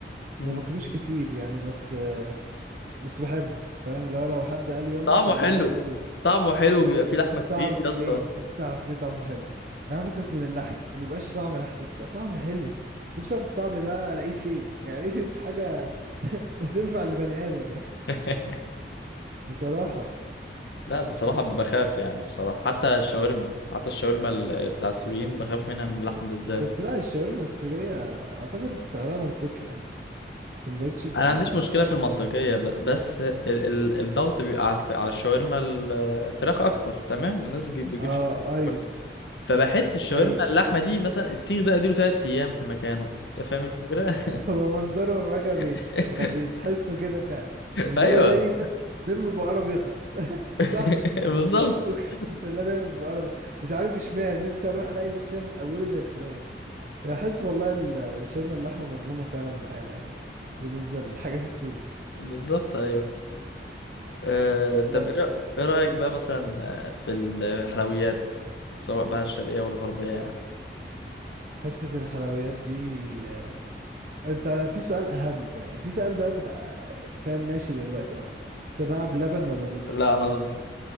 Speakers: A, on the left; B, on the right.
A: مم.
B: ما باكلوش كتير يعني بس بس بحبه فاهم لو لو حد قال يلا
A: طعمه
B: فانا
A: حلو
B: هيلا قوي
A: طعمه حلو بيبقى فيه لحمه
B: نفسي
A: كتير
B: اعرف
A: يا اسطى
B: ليه نفسي اعرف ليه طعمه حلو يعني فكك من اللحم ما بيبقاش طعم لحم بس بيبقى طعم حلو نفسي اعرف الطعم ده الاقيه فين يعني الاقيه فين في حاجة <laughs> تنفع لبني ادم يعني
A: <laughs>
B: بصراحة يعني.
A: لا بصراحه بخاف يعني بصراحه حتى الشاورما حتى الشاورما ال- بتاع السوريين بخاف منها من اللحمه بالذات
B: بس لا الشاورما السورية اعتقد سعرها منطقي يعني سندوتش يبقى
A: انا ما عنديش مشكله
B: بمية
A: في المنطقيه ب- بس ال ال الضغط بيبقى على الف على الشاورما الفراخ اكتر تمام الناس بيجي- بيجيب
B: اه
A: شاورما
B: ايوه
A: أكتر. فبحس الشاورما
B: ده حقيقي
A: اللحمه دي مثلا السيخ ده اديله 3 ايام في مكانه انت فاهم الفكره
B: <laughs> هو منظره فجأة بي...
A: <laughs>
B: يعني بتحسه كده فعلا منظره
A: ايوه
B: دايما دايما بيبقى قرب يخلص <laughs>
A: <laughs>
B: صح
A: بالظبط
B: اقسم بالله دايما بيبقى قرب مش عارف اشمعنى نفسي اروح الاقي زي كده من اوله زي الفراخ يعني احس والله ال- الشاورما اللحمه مظلومه فعلا معانا يعني بالنسبه للحاجات السوري
A: بالظبط ايوه أه طب
B: بس
A: ايه رأ- إيه رايك بقى مثلا آه، في الحلويات سواء بقى الشرقيه والغربيه يعني
B: حته الحلويات دي آه، انت في سؤال اهم بقى يعني في سؤال دلوقتي بقى فاهم ماشي دلوقتي اكتر انت مع بلبن ولا ضده
A: لا انا ضد